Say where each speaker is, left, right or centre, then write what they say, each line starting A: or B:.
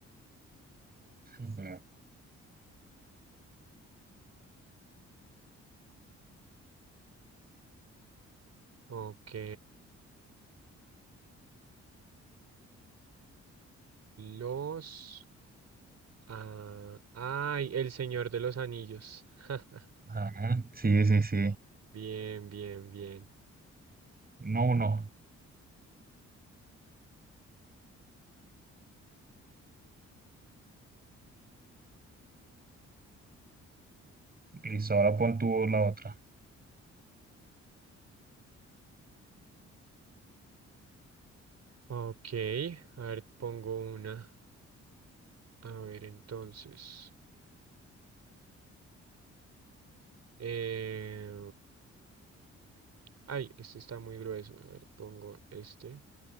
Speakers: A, on the right (about 30°); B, on the right (about 60°).
A: Ujú.
B: Ok, los... Ah, ay, El Señor de los Anillos. <laughs> Ja,
A: Ajá. Sí, sí, sí.
B: bien, bien, bien.
A: No, uno. Listo, ahora pon tú la otra.
B: Ok, a ver, pongo una. A ver, entonces. eh, ay, este está muy grueso. A ver, pongo este.